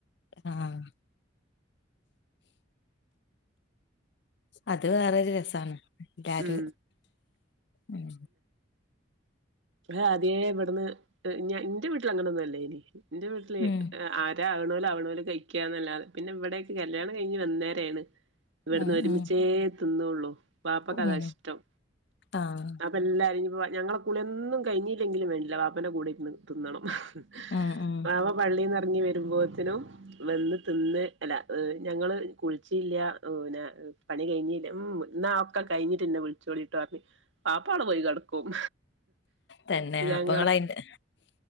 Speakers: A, on the left (about 60°); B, on the right (about 80°).
A: അഹ് ആഹ് അത് വേറൊരു രസാണ് എല്ലാരും
B: ഉം
A: ഉം
B: ഞാ ആദ്യേ ഇവട്ന്ന് എഹ് ന്റെ വീട്ടില് അങ്ങനൊന്നും അല്ലേനി ഇന്റെ വീട്ടില്
A: ഉം
B: ആഹ് ആരാ ആവ്ണോല് ആവ്ണോല് കഴിക്കാന്നല്ലാതെ പിന്നെ ഇവിടേക്ക്‌ കല്യാണം കഴിഞ്ഞ് വന്നേരാണ് ഇവിടുന്ന്
A: ഉം
B: ഒരുമിച്ചേ
A: ഉം
B: തിന്നോള്ളൂ ക്കതാഷ്ടം
A: ഉം ആഹ്
B: അപ്പ എല്ലാര് ഞ്ഞിപ്പ ഞങ്ങളെ കുളിയൊന്നും കഴിഞ് ങ്കിലും വേണ്ടില്ല വാപ്പന്റെ കൂടിരുന്ന് തിന്നണംഹ്ഹ്
A: ഉം ഉം
B: വാപ പള്ളീന്നെറങ്ങി വരുമ്പം തിനു വെന്ന് തിന്ന് അല്ല ഏഹ് ഞങ്ങള് കുളിച്ചില്ല്യ ഉ ന്നെ ഇത് കഴിഞ്ഞിന ഉം ന്നാ ഒക്ക കഴിഞ്ഞിട്ടെന്നെ വിളിച്ചോളി ട്ടോറഞ്ഞ് വാപ്പാടെ പോയി കെടക്കും
A: തന്നെ
B: ഞങ്ങള്
A: അപ്പൊ ഇങ്ങള് അയിന്റെ